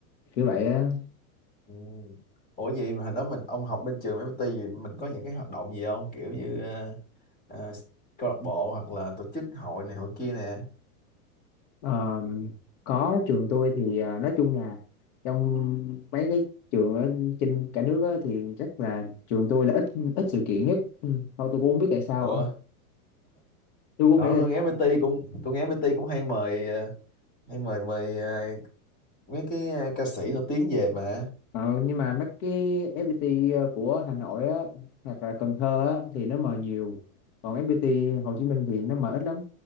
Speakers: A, on the left; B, on the left.
A: kiểu vậy á
B: Ừ. Ủa vậy mà hồi đó mình ông học bên trường MIT gì mình có những cái hoạt động gì không kiểu như ờ, ờ, câu lạc bộ hoặc là tổ chức hội này hội kia nè
A: Ờ, có trường tôi thì ờ, nói chung là trong mấy cái trường ở trên cả nước á, thì chắc là trường tôi là ít ít sự kiện nhất ừ. thôi tôi cũng không biết tại sao
B: ủa
A: á. tôi cũng
B: đó
A: không hiểu tại
B: tôi nghe
A: sao
B: MIT cũng tôi nghe MIT cũng hay mời ờ, hay mời mời ờ, mấy cái ờ, ca sĩ nổi tiếng về mà
A: ờ, nhưng mà mấy cái FPT của Hà Nội á hoặc là Cần Thơ á, thì nó mời nhiều còn FPT Hồ Chí Minh thì nó mời ít lắm